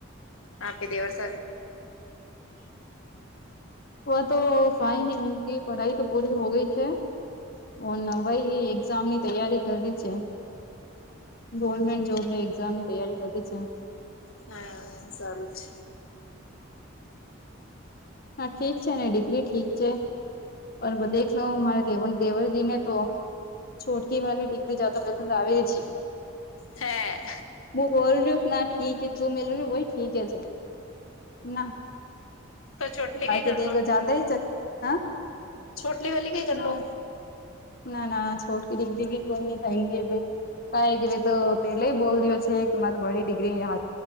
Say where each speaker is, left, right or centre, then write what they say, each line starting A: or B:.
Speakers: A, on the left; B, on the left.
A: આપે દેવર સ
B: હ તો ફાઈ ન પઢાઈ તો પૂરી હો ગઈ છે. ઓ નવાઈ એક્ઝામની તૈયારી કરવી છે. ગવર્મેન્ટ જોબની એક્ઝામની તૈયારી કરવી છે.
A: હા સારુ છે.
B: હા ઠીક છે ને ડિગ્રી ઠીક છે. પર દેખલો દેવ દેવરજીને તો છોટકી વાી ટિગડી જદ પ ઠડ આવે છે.
A: હા.
B: બું બોલ રહ્યું, ના ઠીક, જો મેલ્યું હોય, ઠીક છે, ના
A: તો ચોટલી
B: બાકી
A: કઈ કર
B: દખો,
A: લો
B: જદ હ ચ હા
A: છોટલી વાલી કઈ કરેલો
B: ના ના, ના છોટકી દીગરી ડીગરી કોઈ થાય જવે ક કે ભ તો પેલે બોલ દયો છે, કે મારે બડી ડિગ્રી